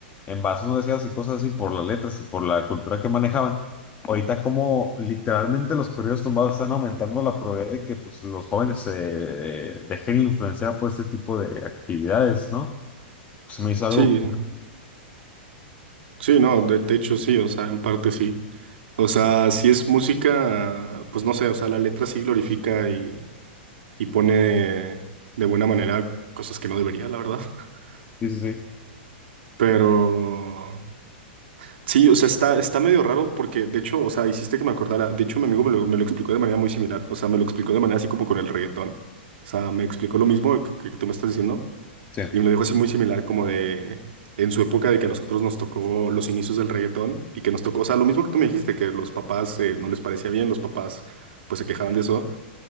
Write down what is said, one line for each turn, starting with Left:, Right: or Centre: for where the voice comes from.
Left: embarazos no deseados y cosas así por las letras y por la cultura que manejaban. Ahorita como literalmente los corridos tumbados están aumentando la probabilidad de que pues los jóvenes se eh, dejen influenciar por este tipo de actividades, ¿no? Pues se me hizo algo.
Right: Sí, sí, no, de, de hecho sí, o sea, en parte sí. O sea, si es música, pues no sé, o sea, la letra sí glorifica y y pone de buena manera cosas que no debería, la verdad. <laughs>
Left: Sí, sí, sí.
Right: Pero sí, o sea, está, está medio raro porque, de hecho, o sea, hiciste que me acordara. De hecho, mi amigo me lo, me lo explicó de manera muy similar. O sea, me lo explicó de manera así como con el reggaetón. O sea, me explicó lo mismo que, que tú me estás diciendo
Left: Sí,
Right: y me lo dijo así muy similar como de en su época de que a nosotros nos tocó los inicios del reggaetón y que nos tocó, o sea, lo mismo que tú me dijiste, que los papás eh, no les parecía bien, los papás pues se quejaban de eso.